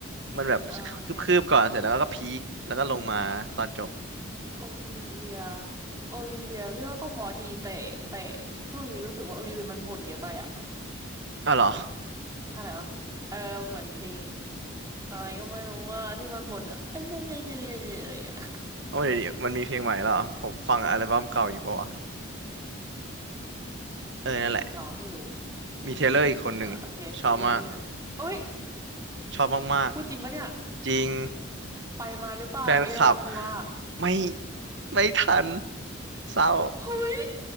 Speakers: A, on the right; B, on the right.
A: มันแบบ
B: อ่าโอเค
A: คืบๆก่อนเสร็จแล้วก็พีคแล้วก็ลงมาตอนจบ
B: โอลิเวียโอลิเวียพี่ว่าก็พอดีแต่แต่ช่วงนี้รู้สึกว่าโอลิเวียมันบ่นเยอะไปอะ
A: อ้าวเหรอ
B: อะไรวะเออเหมือนเพลงอะไรก็ไม่รู้ว่าที่มันบ่นอะเอันเอ็นี่เอ็น่เอ็นี่เอ็น่เอ็น่อะไรอย่างเงี้ย
A: <laughs> เอาเดี๋ยวนี้มันมีเพลงใหม่แล้วเหรอผมฟังอัลบั้มเก่าอยู่ปะวะ
B: อืม
A: เออนั่นแหละ
B: หรอไม่รู้
A: มีเทเลอร์อีกคนหนึ่งชอบมาก
B: อืมนั่นแหละโอเคโอลิเวียโอ้ย
A: ชอบมาก
B: พูดจริงปะเนี่ย
A: จริง
B: ไปมาหรือเปล่าเอราทัว
A: แฟนคลับไม่ไม่ทันเศร้า
B: เฮ้ย